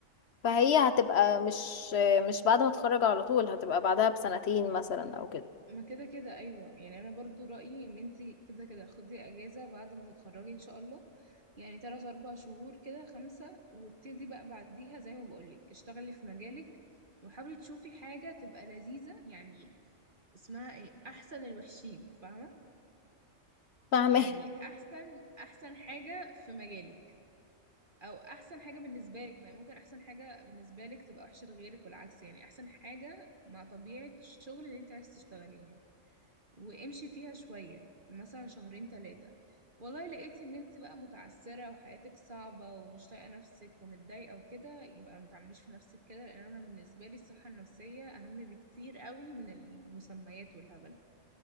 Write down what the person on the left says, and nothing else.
فهي هتبقى مش آه مش بعد ما اتخرج على طول هتبقى بعدها بسنتين مثلا او كده
فاهمة